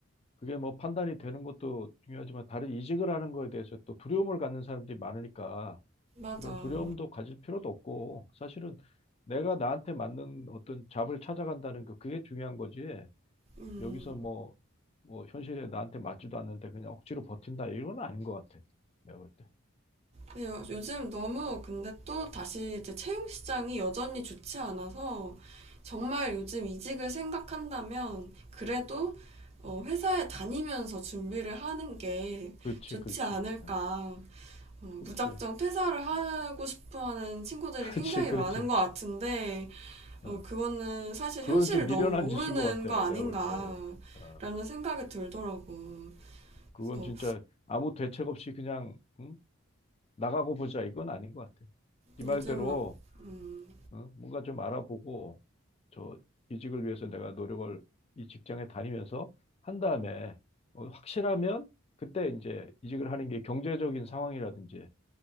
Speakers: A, on the left; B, on the right.
A: 그게 뭐 판단이 되는 것도 중요하지만 다른 이직을 하는 거에 대해서 또 두려움을 갖는 사람들이 많으니까
B: 맞아.
A: 그런 두려움도 가질 필요도 없고 사실은 내가 나한테 맞는 어떤 잡을 찾아간다는 거 그게 중요한 거지.
B: 음.
A: 여기서 뭐, 뭐 현실에 나한테 맞지도 않는데 그냥 억지로 버틴다 이건 아닌 것 같아. 내가 볼 때.
B: 네, 요- 요즘 너무 근데 또 다시 이제 채용 시장이 여전히 좋지 않아서 정말 요즘 이직을 생각한다면 그래도 어, 회사에 다니면서 준비를 하는 게
A: 그렇지,
B: 좋지
A: 그렇지.
B: 않을까.
A: 예.
B: 어,
A: 그렇지,
B: 무작정 퇴사를 하고 싶어 하는 친구들이
A: <laughs> 그렇지,
B: 굉장히
A: 그렇지.
B: 많은 것 같은데,
A: 어.
B: 어, 그거는 사실
A: 그거는
B: 현실을
A: 좀 미련한
B: 너무 모르는
A: 짓인 것 같아.
B: 거 아닌가라는
A: 내가 볼 때. 어.
B: 생각이 들더라고.
A: 그건
B: 그래서
A: 진짜 아무 대책 없이 그냥 응? 나가고 보자 이건 아닌 것 같아. 네
B: 요즘
A: 말대로
B: 막, 음,
A: 어? 뭔가 좀 알아보고 저 이직을 위해서 내가 노력을 이 직장에 다니면서 한 다음에 어, 확실하면 그때 이제 이직을 하는 게 경제적인 상황이라든지